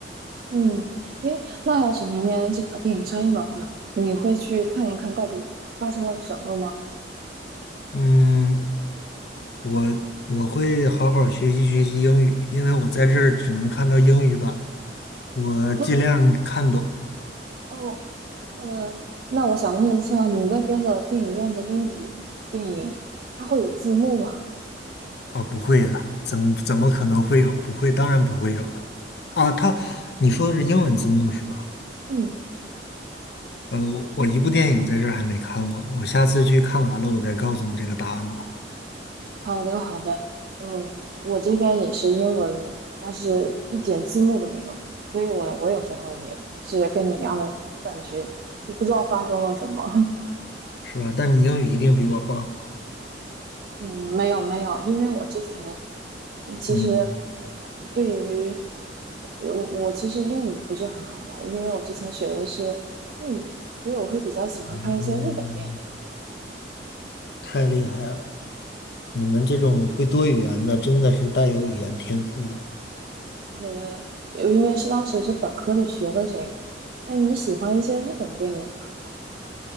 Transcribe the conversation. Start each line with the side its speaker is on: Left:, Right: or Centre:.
Right: 嗯，诶，那要是明年这个电影上映的话，你会去看一看到底发生了什么吗？
Left: 嗯，我我会好好学习学习英语，因为我在这儿只能看到英语版，我尽量看懂
Right: <laughs> 哦，呃，那我想问一下，你那边的电影院的英语电影，它会有字幕吗？
Left: 啊，不会啊，怎么怎么可能会有？不会，当然不会有了啊。他，你说的是英文字幕是吧？
Right: 嗯，
Left: 呃，我我一部电影在这儿还没看过呢，我下次去看完了我再告诉你这个答案吧，
Right: 好的，好的。嗯，我这边也是英文，但是一点字幕都没有，所以我我有时候也是跟你一样的感觉，就不知道发生了什么。
Left: 是吧？但你英语一定比我棒，
Right: 嗯，没有没有，因为我之前嗯其实
Left: 嗯，
Right: 对于呃我我其实英语不是很好了，因为我之前学的是日语，所以我会比较喜欢看一些日本电影。
Left: 嗯，太厉害了。你们这种会多语言的，真的是带有语言天赋的。
Right: 呃，因为是当时是本科就学的这个。哎，你喜欢一些日本电影吗？